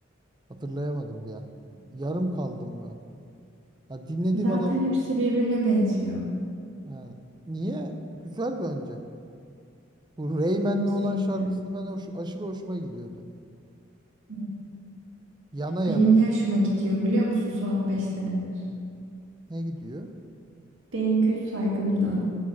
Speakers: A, on the right (about 20°); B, on the right (about 70°).
A: hatırlayamadım bir an. Yarım kaldım mı? Ya dinlediğim
B: Zaten
A: adam
B: hepsi birbirine benziyor.
A: Yani niye? Güzel bence. Bu Rayman'le
B: Ben onu sevmiyorum.
A: olan şarkısını ben hoş, aşırı hoşuma gidiyordu.
B: Hmm.
A: Yana yana
B: Benim ne
A: mı?
B: hoşuma gidiyor biliyor musun son 15 senedir?
A: Ne gidiyor?
B: Bengü Saygım'dan.